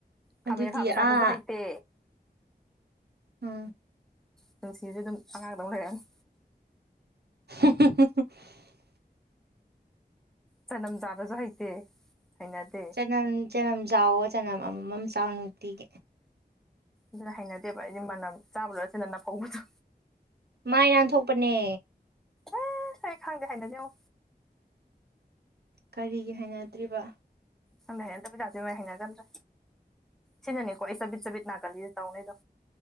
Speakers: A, in the centre; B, on the right (about 75°).
A: ꯈꯥꯃꯦꯟ
B: ꯑꯗꯨꯗꯤ
A: ꯈꯥꯕ ꯆꯥꯕꯁꯨ
B: ꯑꯥ
A: ꯍꯩꯇꯦ
B: ꯎꯝ
A: ꯄꯨꯟꯁꯤꯁꯦ ꯑꯗꯨꯝ ꯑꯉꯥꯡꯗꯧ ꯂꯩꯔꯅꯤ
B: ꯍꯨꯝ ꯍꯨꯝ ꯍꯨꯝ <unintelligible>
A: ꯆꯅꯝ ꯆꯥꯕꯁꯨ ꯍꯩꯇꯦ ꯍꯩꯅꯗꯦ
B: ꯆꯅꯝ ꯆꯅꯝ ꯆꯥꯎꯋꯣ ꯆꯅꯝ ꯑꯃꯃꯝ ꯆꯥꯎ ꯅꯨꯡꯇꯤꯒꯤ
A: ꯑꯗꯨꯅ ꯍꯩꯅꯗꯦꯕ ꯑꯩꯗꯤ ꯃꯅꯝ ꯆꯥꯕ ꯂꯣꯏꯔꯒ ꯆꯤꯟꯗ ꯅꯐꯧꯕꯗꯣ
B: ꯃꯥꯏ ꯅꯥꯟꯊꯣꯛꯄꯅꯦ
A: ꯑꯦ ꯑꯩ ꯈꯪꯗꯦ ꯍꯩꯅꯗꯦꯉꯣ
B: ꯀꯔꯤꯒꯤ ꯍꯥꯏꯅꯗ꯭ꯔꯤꯕ
A: ꯈꯪꯗꯦ ꯍꯩꯅꯗꯕ ꯖꯥꯠꯁꯦ ꯍꯩꯅꯗꯕꯅ ꯁꯤꯅꯅꯦꯀꯣ ꯑꯩ ꯆꯕꯤꯠ ꯆꯕꯤꯠ ꯅꯥꯒꯜꯂꯤꯁꯦ ꯇꯧꯅꯩꯗꯣ